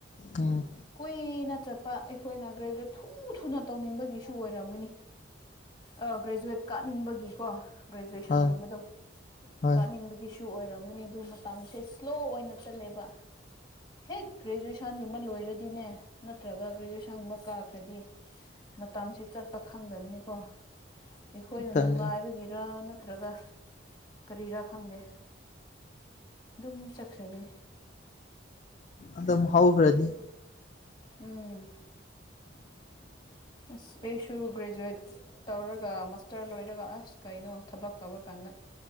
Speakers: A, on the left; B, on the left.
A: ꯑꯣ
B: ꯀꯨꯏꯅ ꯆꯠꯄ ꯑꯩꯈꯣꯏꯅ ꯒ꯭ꯔꯦꯖꯨꯋꯦꯠ ꯊꯨ ꯊꯨꯅ ꯇꯧꯅꯤꯡꯕꯒꯤꯁꯨ ꯑꯣꯏꯔꯝꯒꯅꯤ ꯑ ꯒ꯭ꯔꯦꯖꯨꯋꯦꯠ ꯀꯥꯅꯤꯡꯕꯒꯤꯀꯣ ꯒ꯭ꯔꯦꯖ꯭ꯋꯦꯁꯟꯒꯨꯝꯕꯗꯣ
A: ꯍꯣꯏ ꯍꯣꯏ
B: ꯀꯥꯅꯤꯡꯕꯒꯤ ꯁꯨ ꯑꯣꯏꯔꯝꯒꯅꯤ ꯑꯗꯨ ꯃꯇꯝꯁꯦ ꯁ꯭ꯂꯣ ꯑꯣꯏꯅ ꯆꯠꯂꯦꯕ ꯍꯦꯛ ꯒ꯭ꯔꯦꯖꯨꯋꯦꯁꯟꯒꯨꯝꯕ ꯂꯣꯏꯔꯗꯤꯅꯦ ꯅꯠꯇ꯭ꯔꯒ ꯒ꯭ꯔꯦꯖꯨꯋꯦꯁꯟꯒꯨꯝꯕ ꯀꯥꯈ꯭ꯔꯗꯤ ꯃꯇꯝꯁꯤ ꯆꯠꯄ ꯈꯪꯗꯕꯅꯤꯀꯣ ꯑꯩꯈꯣꯏꯅ
A: ꯈꯪꯉꯦ
B: ꯅꯨꯡꯉꯥꯏꯕꯒꯤꯔ ꯅꯠꯇ꯭ꯔꯒ ꯀꯔꯤꯔꯥ ꯈꯪꯗꯦ ꯑꯗꯨꯝ ꯆꯠꯈ꯭ꯔꯕꯅꯦ
A: ꯑꯗꯨꯝ ꯍꯧꯈ꯭ꯔꯅꯤ
B: ꯎꯝ
A: <inaudible>
B: ꯑ ꯑꯩꯁꯨ ꯒ꯭ꯔꯦꯖꯨꯋꯌꯦꯠ ꯇꯧꯔꯒ ꯃꯥꯁꯇꯔ ꯂꯣꯏꯔꯒ ꯑꯁ ꯀꯩꯅꯣ ꯊꯕꯛ ꯇꯧꯔ ꯀꯥꯟꯗ